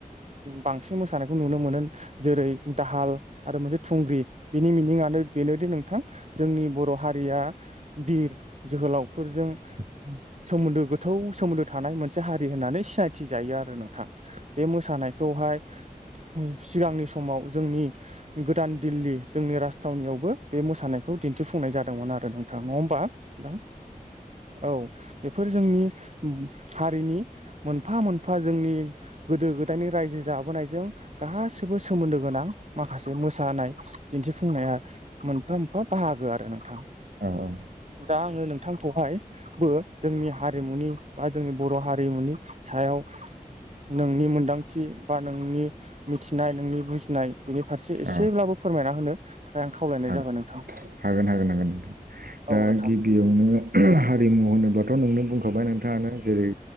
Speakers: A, on the right (about 50°); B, on the right (about 80°).
A: बांसिन मोसानायखौ नुनो मोनो जेरै दाहाल आरो मोनसे थुंग्रि बेनि मि मिंआानो बेनोदि नोंथां जोंनि बर' हारिया बिर जोहोलावफोरजों सोमोन्दो गोथौ सोमोन्दो थानाय मोनसे हारि होननानै सिनायथि जायो आरो आरो नोंथां बे मोसानायखौहाय सिगांनि समाव जोंनि गोदान दिल्ली जोंनि राजथावनियावबो बे मोसानायखौ दिन्थिफुंनाय जादोंमोन आरो नोंथां नङा होमबा नोंथां औ बेफोर जोंनि हारिनि मोनफा मोनफा एफा जोंनि गोदो गोदायनि रायजो जाबोनायजों गासिबो सोमोन्दो गोनां माखासे मोसानाय दिन्थिफुंनाया मोनफा मोनफा बाहागो आरो नोंथां
B: औ औ
A: दा आङो नोंथांखौहायबो जोंनि हारिमुनि बा जोंनि बर' हारिमुनि सायाव <inaudible> नोंनि मोनदांथि बा नोंनि मिथिनाय नोंनि बुजिनाय बेनि फारसे एसेब्लाबो
B: औ
A: फोरों फोरमायना होनो थाखाय आं खावलायनाय
B: औ
A: जाबाय नोंथां
B: हागोन हागोन हागोनथां
A: औ
B: दा
A: नोंथां
B: गिबियावनो हारिमु होनोबाथ' नोंनो बुंखाबाय नोंथाङानो जेरै